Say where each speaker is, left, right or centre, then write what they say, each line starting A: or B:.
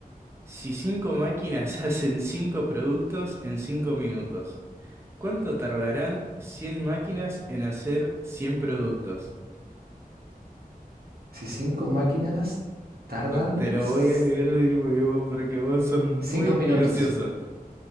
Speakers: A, on the right (about 15°); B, on the right (about 75°).
A: si cinco máquinas <laughs> hacen cinco productos en cinco minutos, ¿cuánto tardarán 100 máquinas en hacer 100 productos?
B: Si cinco máquinas tardan
A: No te lo
B: s-
A: voy a leer de nuevo porque vos sos muy
B: 5 minutos.
A: minucioso.